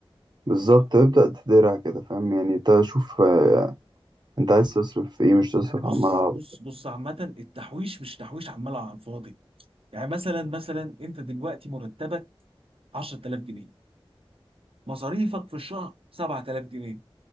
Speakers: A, on the right; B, on the right.
A: بالظبط تبدأ تديرها كده فاهم يعني تشوف آه، انت عايز تصرف في ايه مش تصرف
B: يعني بص
A: على العربي
B: بص بص عامة التحويش مش تحويش عمال على الفاضي يعني مثلا مثلا انت دلوقتي مرتبك 10000 جنيه مصاريفك في الشهر 7000 جنيه